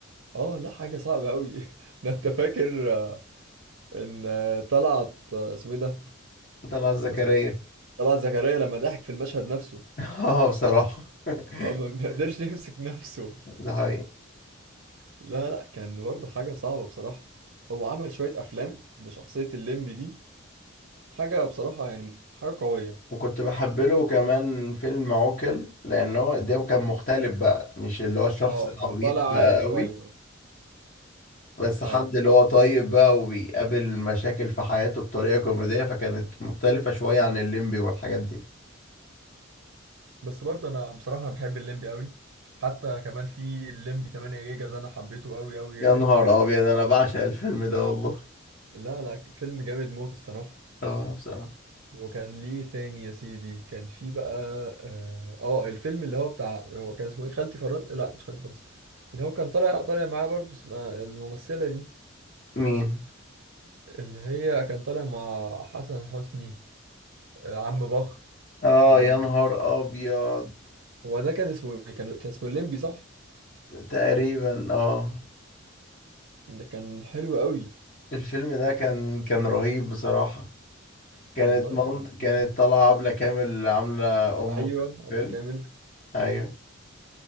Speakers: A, on the right (about 60°); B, on the left (about 40°).
A: اه لا حاجة صعبة قوي <laughs> ده انت فاكر آه، ان آه، طلعت آه، اسمه ايه ده
B: طلعت زكريا
A: هو اسمه ايه طلعت زكريا لما ضحك في المشهد نفسه
B: <laughs> اه بصراحة <laughs>
A: اه ما ما قدرش <laughs> يمسك نفسه
B: ده حقيقي
A: لا لا كان برضه حاجة صعبة بصراحة هو عمل شوية افلام بشخصية الليمبي دي حاجة بصراحة يعني حاجة قوية
B: وكنت بحب له كمان فيلم عوكل لان هو ده كان مختلف بقى مش اللي هو الشخص
A: اه
B: العبيط
A: كان طالع
B: بقى
A: عاقل شوية
B: قوي بس
A: ايوه
B: حد اللي هو طيب بقى وبيقابل مشاكل في حياته بطريقة كوميدية فكانت مختلفة شوية عن الليمبي والحاجات دي
A: بس برضه انا بصراحة انا بحب الليمبي قوي حتى كمان في الليمبي 8 جيجا ده انا حبيته قوي قوي يعني
B: يا نهار ابيض انا بعشق الفيلم ده والله
A: لا لا فيلم جامد موت الصراحة
B: اه بصراحة
A: وكان ليه تاني يا سيدي كان في بقى اه آه، الفيلم اللي هو بتاع هو كان اسمه ايه خالتي فرنسا لا مش خالتي فرنسا اللي هو كان طالع طالع معاه برضه اسمها الممثلة دي
B: مين
A: اللي هي كان طالع مع حسن حسني آه، عم بخ
B: اه
A: كان
B: يا نهار ابيض
A: هو ده كان اسمه ايه كان كان اسمه الليمبي صح
B: تقريبا اه
A: ده كان حلو قوي
B: الفيلم ده كان كان رهيب بصراحة كانت
A: والله
B: مامت
A: كان
B: كانت
A: حلو.
B: طالعة عبلة كامل عاملة أم
A: ايوه
B: في
A: عبلة
B: الفيلم
A: كامل
B: ايوه
A: امم